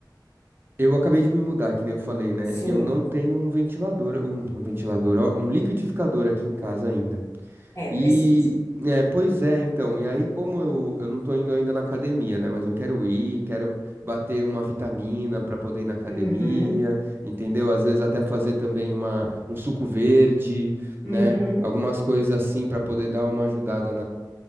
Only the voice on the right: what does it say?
eu acabei de me mudar, que nem eu falei, né?
E eu não tenho um ventilador, um, um ventilador, ó, um liquidificador aqui em casa ainda.
E,
é, pois é, então, e aí como eu, eu não tô indo ainda na academia, né? Mas eu quero ir, quero bater uma vitamina pra poder ir na academia,
entendeu? Às vezes até fazer também uma, um suco verde,
né? Algumas coisas assim pra poder dar uma ajudada